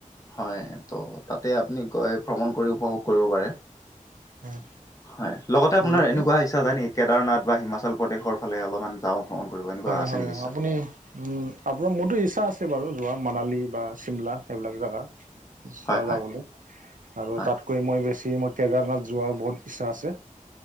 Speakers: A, on the left (about 25°); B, on the right (about 75°).
A: হয় ত' তাতে আপুনি ক এ ভ্ৰমণ কৰি উপভোগ কৰিব পাৰে।
B: হয়
A: হয় লগতে
B: সেইবিলাকেই
A: আপোনাৰ এনেকুৱা ইচ্ছা যাই নেকি কেদাৰনাথ বা হিমাচল প্ৰদেশৰ ফালে অলমান। যাওঁ ভ্ৰমণ কৰিব এনেকুৱা
B: হয়
A: আছে
B: হয়
A: নেকি ইচ্ছা।
B: আপুনি উম আপোনাৰ মোৰতো ইচ্ছা আছে বাৰু যোৱা মানালী বা চিমলা এইবিলাক জাগা ইচ্ছা
A: হয় হয়
B: যাবলে আৰু
A: হয়
B: তাত কৈ মই বেছি ম‌ই কেদাৰনাথ যোৱাৰ বহুত ইচ্ছা আছে।